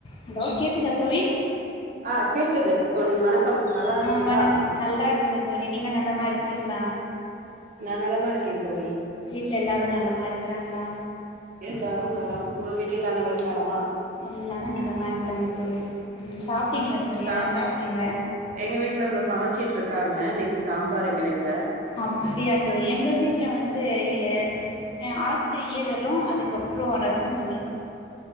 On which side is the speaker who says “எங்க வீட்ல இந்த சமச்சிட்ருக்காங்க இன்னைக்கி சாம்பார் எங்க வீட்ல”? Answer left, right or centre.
Right